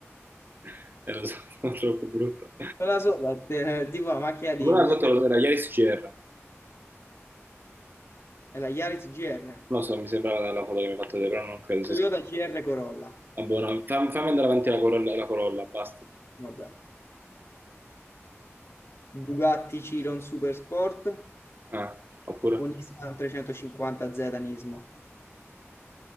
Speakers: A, on the right (about 45°); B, on the left (about 65°).
A: <laughs> Eh, lo so, <laughs> sono troppo brutto.
B: Quella sopra è tipo la macchina di
A: Una
B: Walter,
A: cosa lo era Yaris GR. Non
B: è la Yaris GR,
A: lo so, mi sembrava dalla foto che mi hai fatto vedere, però non credo sia
B: Toyota
A: scritta.
B: GR Corolla.
A: Buona. Fammi, fammi andare avanti la Corolla, la Corolla, basta.
B: Vabbè. Bugatti Chiron Super Sport
A: Ah, oppure...
B: Un Nissan 350Z Nismo.